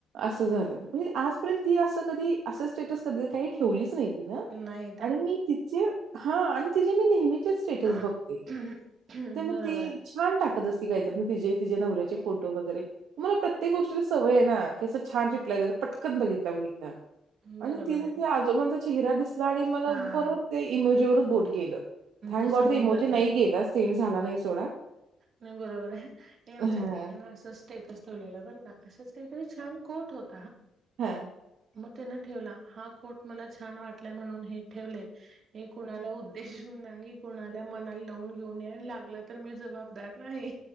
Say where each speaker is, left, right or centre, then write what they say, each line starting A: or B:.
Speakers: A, on the right; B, on the right.
A: असं झालं म्हणजे आजपर्यंत ती असं कधी असं स्टेटस कधी काही ठेवलीच नाही तिनं.
B: नाय
A: आणि मी तिचे हा आणि तिचे मी नेहमीचे स्टेटस
B: बरोबर
A: बघते तर मग ती छान टाकत असती काहीतर मग तिजे तिजे नवऱ्याचे
B: आहे.
A: फोटो वगैरे मला प्रत्येक गोष्टी सवय आहे ना असं छान पटकन बघितल्या बघीतल्या
B: बरोबर
A: आणि ति
B: आहे
A: आजोबाचा चेहरा दिसला मला
B: हा
A: परत ते इमोजीवर बोट गेल थॅंक
B: तसं
A: गॅड
B: होऊन
A: इमोजी
B: जाते
A: नाय गेला सेंड झाला नाही सोडा
B: नाही बरोबर आहे आमच्या
A: हां,
B: एकानं असच स्टेटस ठेवलेला बर का असंच काहीतरी छान कोट होत
A: हा
B: मग त्यान ठेवला हा कोट मला छान वाटला म्हणून हे ठेवले हे कुणाला उद्देशून नाही कुणाला मनाला लावून घेऊन ये लागलं तर मी जबाब दार नाही